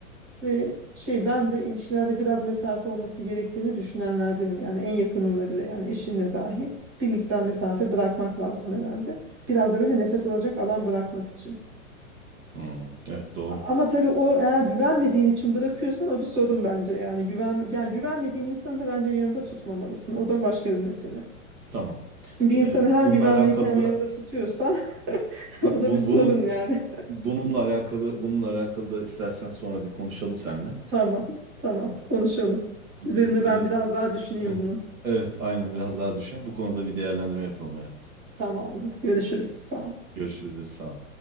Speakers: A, on the right; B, on the right.
A: Ve şey ben de ilişkilerde biraz mesafe olması gerektiğini düşünenlerdenim. Yani en yakınında bile yani eşinle dahi bir miktar mesafe bırakmak lazım herhalde. Biraz da böyle nefes alacak alan bırakmak için.
B: Hmm, evet doğru.
A: Ama tabii o eğer güvenmediğin için bırakıyorsan o bir sorun bence. Yani güven yani güvenmediğin insanı da bence yanında tutmamalısın. O da başka bir mesele.
B: Tamam.
A: Şimdi bir insanı
B: Ee,
A: hem
B: bununla
A: güvenmeyip
B: alakalı
A: hem yanında
B: da
A: tutuyorsan <laughs>
B: bu,
A: o da
B: bu-
A: bir sorun
B: bunun
A: yani.
B: bununla alakalı bununla alakalı da istersen sonra bir konuşalım seninle.
A: <laughs> Tamam. Tamam. Konuşalım.
B: Bir,
A: Üzerine
B: e,
A: ben biraz daha düşüneyim
B: <clears throat> <laughs>
A: bunun.
B: evet aynen biraz daha düşün. Bu konuda bir değerlendirme yapalım evet.
A: Tamamdır. Görüşürüz. Sağ ol.
B: Görüşürüz sağ ol.